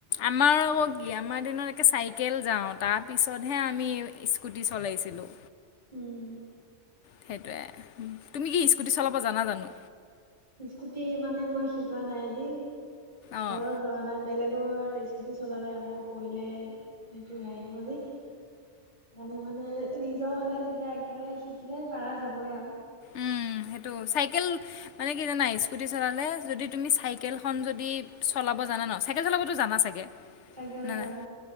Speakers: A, on the left; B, on the right.
A: আমাৰ আকৌ কি আমাৰ দিনত একে চাইকেল যাওঁ তাৰ পিছতহে আমি স্কুটি চলাইছিলোঁ
B: উম
A: সেইটোৱে, তুমি কি স্কুটি চলাব জানা জানো?
B: স্কুটি মানে মই শিকোৱা নাই আজি
A: অঁ
B: ঘৰত ল'ৰা নাই বেলেগৰ স্কুটি চলালে আকৌ পৰিলে সেইটো হেৰি হ'ব যে মানে মানে নিজৰ হলে তেতিয়া একেবাৰে শিকিলে পাৰা যাবই আৱ
A: উম, সেইটো চাইকেল মানে কি জানা স্কুটি চলালে যদি তুমি চাইকেল খন যদি চলাব জানা ন চা চাইকেল চলাবতো জানা চাগে?
B: চাইকেল
A: নাই
B: জানো।
A: নাই